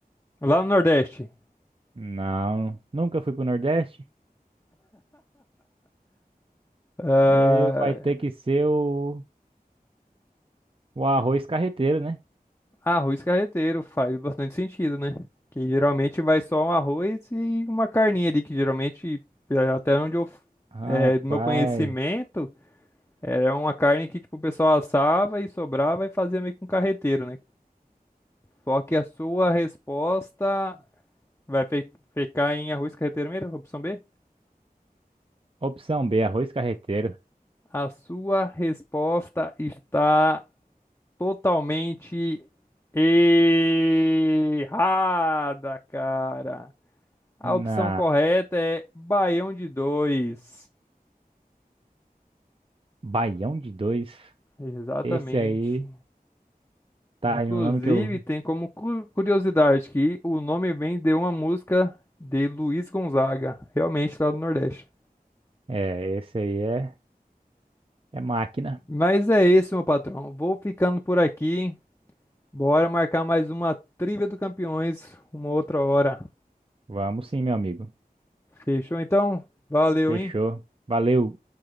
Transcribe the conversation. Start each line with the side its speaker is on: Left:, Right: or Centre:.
Left: Lá no Nordeste.
Right: Não, nunca fui pro Nordeste.
Left: Ah,
Right: É, vai ter que ser o, o arroz carreteiro, né?
Left: arroz carreteiro faz bastante sentido, né? Que geralmente vai só um arroz e uma carninha ali, que geralmente, até onde eu, f-
Right: Rapaz.
Left: é, do meu conhecimento, era uma carne que tipo, o pessoal assava e sobrava e fazia meio com carreteiro, né? Só que a sua resposta Vai fe- ficar em arroz carreteiro mesmo, opção B?
Right: Opção B, arroz carreteiro.
Left: A sua resposta está totalmente errada, cara. A opção
Right: Na
Left: correta é baião de dois.
Right: Baião de dois.
Left: Exatamente.
Right: Esse aí tá
Left: Inclusive,
Right: aí um nome que eu.
Left: tem como cu- curiosidade que o nome vem de uma música de Luiz Gonzaga, realmente lá do Nordeste.
Right: É, esse aí é, é máquina.
Left: Mas é isso, meu patrão. Vou ficando por aqui. Bora marcar mais uma Trivia do Campeões uma outra hora.
Right: Vamos sim, meu amigo.
Left: Fechou então? Valeu,
Right: Fechou.
Left: hein?
Right: Valeu.